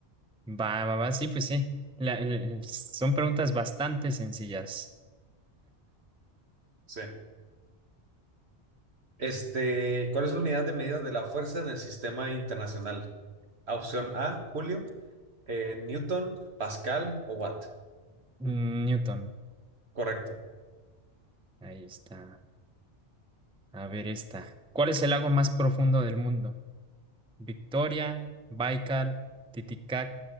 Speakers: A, in the centre; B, on the right.
A: Va, va, va, sí, pues sí. La- el- son preguntas bastante sencillas.
B: sí. Este, ¿cuál es la unidad de medida de la fuerza en el sistema internacional? Opción A, Julio, eh, Newton, Pascal o Watt.
A: Newton,
B: Correcto.
A: ahí está. A ver esta. ¿Cuál es el lago más profundo del mundo? Victoria, Baikal, Titicaca,